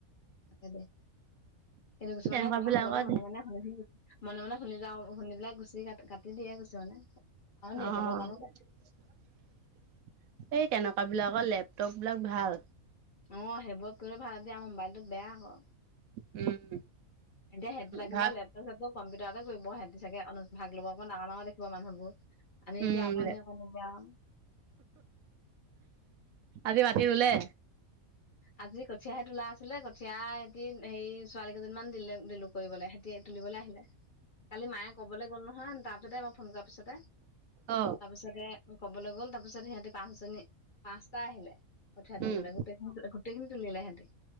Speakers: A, on the left; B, on the right.
A: এদাই কিন্তু কিছুমানে
B: তেনেকুৱা
A: কথা
B: বিলাকত
A: নোকোৱাকে মনে মনে শুনি মনে মনে শুনি যাওঁ শুনি পেলাই গুচি কট তেতিয়াহে কৈছে মানে আৰু নেটৱৰ্কৰ
B: অ
A: কামত
B: <unintelligible> এই তেনেকুৱা বিলাকৰ লেপটপ বিলাক ভাল।
A: অ, সেইবোৰ কৰি ভাল দিয়া। আমাৰ মোবাইলটোত বেয়া হ।
B: উম।
A: এতিয়া সেহেত বিলাকে
B: ভাত
A: বা লেপেটপ, চেপটপ, কম্পিউটাৰতে কৰিব। সেহেটি ছাগে ভাগ লব আকৌ <unintelligible> কোৱা মানুহবোৰ আমি এতিয়া
B: উম
A: অকণি অকণ যাওঁ।
B: আজি মাটি ৰুলে?
A: আজি কঠিয়াহে তোলা আছিলে। কঠীয়া এহঁতি হেৰি ছোৱালী কেইজনমান দিলে দিলো কৰিবলে সিহতি তুলিবলৈ আহিলে, কালি মায়ে কবলৈ গ'ল নহয় তাৰ পিছতে মই ফোন কৰা পিছতে
B: অ
A: তাৰপিছতে কবলৈ গ'ল তাৰ পিছত সিহঁতে পাঁচ জনী পাঁচটা আহিলে, কঠীয়া তুলিবলৈ
B: উম
A: গোটেই গোটেইখিনি তুলিলে হেতি।